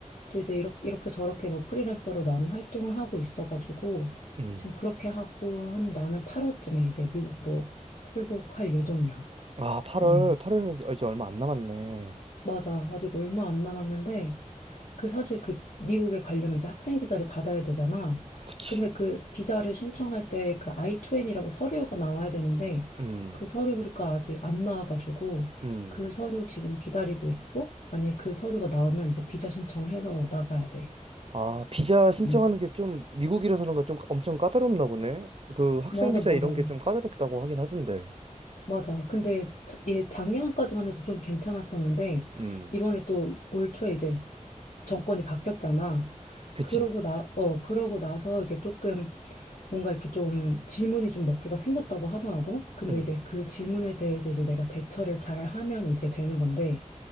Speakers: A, on the left; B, on the right.
A: 또 이제 이렇게, 이렇게 저렇게 뭐 프리랜서로 나는 활동을 하고 있어가지고
B: 음.
A: 지금 그렇게 하고 한 나는 8월쯤에 이제 미국으로 출국할 예정이야.
B: 아, 8월,
A: 음,
B: 8월이면 이제 얼마 안 남았네.
A: 맞아. 아직 얼마 안 남았는데 그 사실 그 미국에 가려면 이제 학생 비자를 받아야 되잖아.
B: 그치.
A: 근데 그 비자를 신청할 때 그 I-2N이라고 서류가 나와야 되는데
B: 음,
A: 그 서류가 아직 안 나와가지고
B: 음.
A: 그 서류 지금 기다리고 있고 만약에 그 서류가 나오면 이제 비자 신청을 해서 나가야 돼.
B: 아, 비자 신청하는
A: 음.
B: 게 좀 미국이라서 그런가 좀 엄청 까다롭나 보네. 그 학생
A: 맞아,
B: 비자
A: 맞아.
B: 이런 게 좀 까다롭다고 하긴 하던데.
A: 맞아. 근데 자- 얘 작년까지만 해도 좀 괜찮았었는데
B: 음,
A: 이번에 또 올 초에 이제 정권이 바뀌었잖아.
B: 그치.
A: 그러고 나, 어, 그러고 나서 이게 조금 뭔가 이렇게 좀 질문이 좀 몇 개가 생겼다고 하더라고. 근데
B: 음.
A: 이제 그 질문에 대해서 이제 내가 대처를 잘 하면 이제 되는 건데